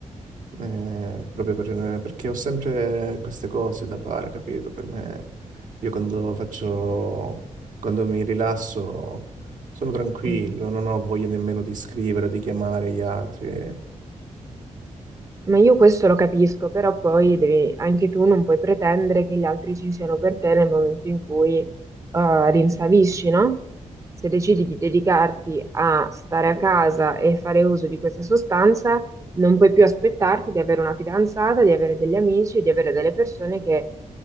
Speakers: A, on the right (about 75°); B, on the right (about 25°).
A: eh, proprio per- eh, perché ho sempre queste cose da fare, capito? Per me, io quando faccio, quando mi rilasso, sono tranquillo,
B: Mm.
A: non ho voglia nemmeno di scrivere o di chiamare gli altri.
B: Ma io questo lo capisco, però poi devi, anche tu non puoi pretendere che gli altri ci siano per te nel momento in cui eh, rinsavisci, no? Se decidi di dedicarti a stare a casa e fare uso di questa sostanza, non puoi più aspettarti di avere una fidanzata, di avere degli amici, di avere delle persone che